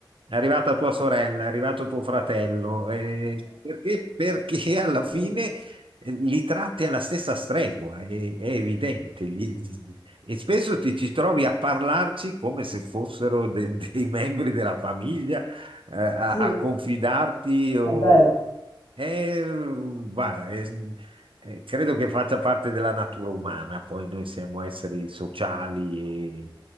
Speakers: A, on the right; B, on the left.
A: è arrivata tua sorella, è arrivato tuo fratello, eh, perché, perché <laughs> alla fine
B: Sì,
A: eh, li tratti alla stessa stregua, è, è evidente. <laughs> Gli- E spesso ti ci trovi a parlarci come se fossero de- dei membri della famiglia, eh, a,
B: Sì,
A: a confidarti o...
B: è vero.
A: Eh, guarda, eh, eh, credo che faccia parte della natura umana, poi noi siamo esseri sociali